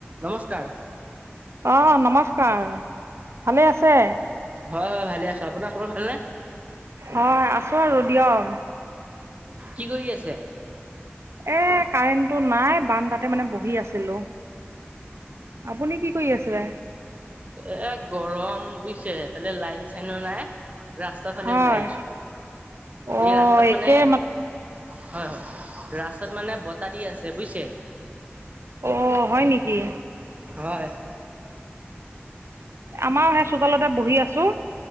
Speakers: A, on the right (about 35°); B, on the right (about 80°).
A: <inaudible> নমস্কাৰ।
B: অ নমস্কাৰ, ভালে আছে?
A: হয় হয় ভালে আছো, আপোনাৰ খবৰ ভালনে?
B: হয় আছো আৰু দিয়ক।
A: কি কৰি আছে?
B: এ কাৰেণ্টটো নাই বান তাতে মানে বহি আছিলো। আপুনি কি কৰি আছে?
A: এ গৰম বুজিছে, এইফালে লাইন চাইনো নাই? ৰাস্তাফালে
B: হয়
A: ওলাই আহিছো,
B: অ
A: এই ৰাস্তাত
B: একে
A: মানে হয় হয়, ৰাস্তাত মানে বতাহ দি আছে বুজিছে?
B: অ হয় নিকি?
A: হয়। <inaudible>
B: আমাৰ সেই চোতালতে বহি আছো।